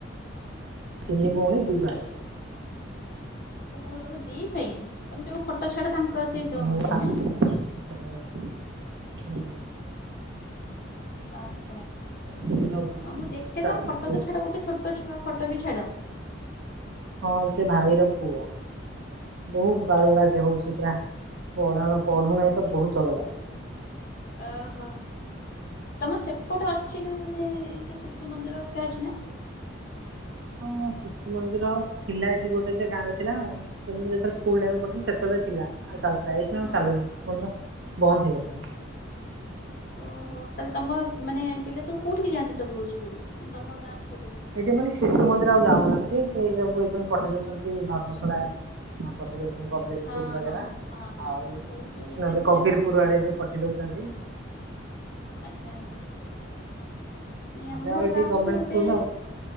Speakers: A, on the right; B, on the left.
A: <inaudible> ତିନି ଭଉଣୀ ଦି ଭାଇ।
B: ଓହୋ ତମେ ଦି ଭାଇ ତମେ ଯୋଉ ଫଟୋ ଛାଡ ତାଙ୍କ
A: <inaudible>
B: ସେ ତମ ଭାଇ ନା? ଆଚ୍ଛା ଆଚ୍ଛା
A: ଏମିତି ସବୁ
B: ହଁ ମୁଁ ଦେଖେ
A: ଚାଲିଛି
B: ତମ ଫଟୋ ତ
A: ଆଉ।
B: ଛାଡ ଗୋଟେ ଛୋଟ ଛୁଆ ଫଟୋ ବି ଛାଡ।
A: ହଁ ସିଏ ଭାଇର ପୁଅ। ବହୁତ
B: ଓହୋ।
A: ବଳୁଙ୍ଗା ସିଏ ହଉଚି ପୁରା ପଢା ପଢୁନାହିଁ ତ ବହୁତ ଚଗଲା।
B: ଅ ହ ତମର ସେପଟେ ଅଛି ନା ମାନେ ଏଇ ସବୁ ଶିଶୁ ମନ୍ଦିର ଅରିକା ଅଛି ନା?
A: ହଁ ଶିଶୁ ମନ୍ଦିର ଥିଲା ଏଠି ଗୋଟେ ଯେ ଗାଁରେ ଥିଲା ଆଉ ତେମେ ଯେତେବେଳେ ସ୍କୁଲ ଟାଇମ ପଢ଼ୁଥିଲି ସେତେବେଳେ ଥିଲା। ଆଉ ଚାଲୁଥିଲା ଏଇଖିଣା
B: ହଁ।
A: ଚାଲୁନି ଶିଶୁ ମନ୍ଦିର ବନ୍ଦ ହେଇଗଲାଣି।
B: ଅହ ତାହେଲେ ତମ ମାନେ ପିଲା ସବୁ କୋଉଠିକି ଯାଆନ୍ତି ସବୁ ସ୍କୁଲ ମାନେ ତମ ଗାଁ ସ୍କୁ
A: ଏଇଥି ମାନେ- ଶିଶୁ ମନ୍ଦିର ଆଉ ଯାଉନାହାନ୍ତି ସେ ସବୁ ଏବୁ ପଠେଇ ଦଉଛନ୍ତି ଧର୍ମଶାଳା ପଠେଇ ଦଉ <inaudible> ସ୍କୁଲ
B: ହଁ ହଁ ହଁ ହଁ
A: ଆଉ
B: ଏଗୁଡ଼ା ସବୁ ଇଂଲିଶ
A: ନହେଲେ
B: ମିଡିୟମ
A: କବିରପୁର
B: ଆଉ
A: ଆଡେ ଯୋଉ ପଠେଇ ଦଉଛନ୍ତି।
B: ଆଚ୍ଛା ଆଚ୍ଛା ନାଇଁ
A: ନହେଲେ
B: ଆମ
A: ଆଉ ଏଠି
B: ଗାଁରୁ
A: ଗଭର୍ଣମେଣ୍ଟ
B: ତ ଗୋଟେ।
A: ସ୍କୁଲ ଆଉ